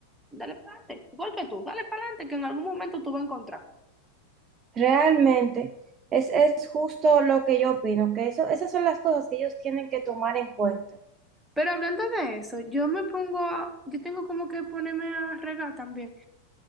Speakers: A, in the centre; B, on the right (about 30°).
A: Dale para adelante, igual que tú, dale para adelante, que en algún momento tú vas a encontrar.
B: Realmente es, es justo lo que yo opino, que eso, esas son las cosas que ellos tienen que tomar en cuenta.
A: Pero hablando de eso, yo me pongo a- yo tengo como que ponerme a regar también.